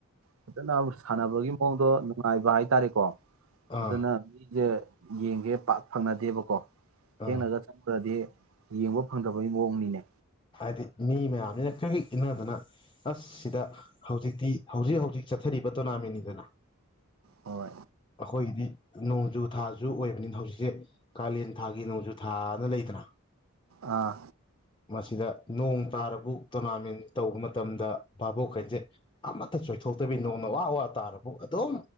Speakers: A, on the right; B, on the left.
A: ꯐꯖꯅ ꯁꯥꯟꯅꯕꯒꯤ ꯃꯑꯣꯡꯗ ꯅꯨꯡꯉꯥꯏꯕ ꯍꯥꯏ ꯇꯥꯔꯦꯀꫭ
B: ꯑꯥ
A: ꯑꯗꯨꯅ ꯃꯤꯖꯦ ꯌꯦꯡꯒꯦ ꯄꯥꯛ ꯐꯪꯅꯗꯦꯕꯀꯣ ꯊꯦꯡꯅꯒ
B: ꯑꯥ
A: ꯆꯠꯄꯗꯗꯤ ꯌꯦꯡꯕ ꯐꯪꯗꯕꯒꯤ ꯃꯑꯣꯡꯅꯤꯅꯦ
B: ꯍꯥꯏꯗꯤ ꯃꯤ ꯃꯌꯥꯝꯁꯤꯅ ꯀ꯭ꯔꯤꯛ ꯀ꯭ꯔꯤꯛ ꯏꯟꯅꯗꯅ ꯑꯁ ꯁꯤꯗ ꯍꯧꯖꯤꯛꯇꯤ ꯍꯧꯖꯤꯛ ꯍꯧꯖꯤꯛ ꯆꯠꯊꯔꯤꯕ ꯇꯣꯔꯅꯥꯃꯦꯟꯅꯤꯗꯅ
A: ꯍꯣꯏ
B: ꯑꯈꯣꯏꯒꯤꯗꯤ ꯅꯣꯡꯖꯨ ꯊꯥꯁꯨ ꯑꯣꯏꯕꯅꯤꯅ ꯍꯧꯖꯤꯛꯁꯦ ꯀꯥꯂꯦꯟ ꯊꯥꯒꯤ ꯅꯣꯡꯖꯨ ꯊꯥꯑꯅ ꯂꯩꯗꯅ
A: ꯑꯥ
B: ꯃꯁꯤꯗ ꯅꯣꯡ ꯇꯥꯔꯕꯨꯛ ꯇꯣꯔꯅꯥꯃꯦꯟ ꯇꯧꯕ ꯃꯇꯝꯗ ꯚꯥꯕꯣꯛꯈꯩꯁꯦ ꯑꯃꯠꯇ ꯆꯣꯏꯊꯣꯛꯇꯕꯤ ꯅꯣꯡꯅ ꯋꯥ ꯋꯥ ꯇꯥꯔꯕꯧ ꯑꯗꯨꯝ